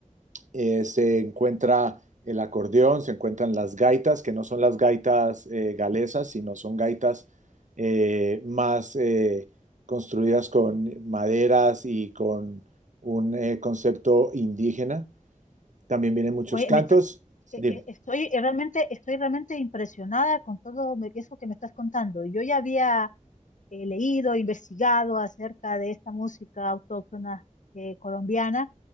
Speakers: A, on the right; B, on the left.
A: eh, se encuentra el acordeón, se encuentran las gaitas, que no son las gaitas eh, galesas, sino son gaitas eh, más eh, construidas con maderas y con un eh, concepto indígena. También vienen muchos
B: Oye,
A: cantos.
B: me estás, eh,
A: Dime,
B: eh, estoy eh, realmente, estoy realmente impresionada con todo me- eso que me estás contando. Yo ya había eh, leído, investigado acerca de esta música autóctona eh, colombiana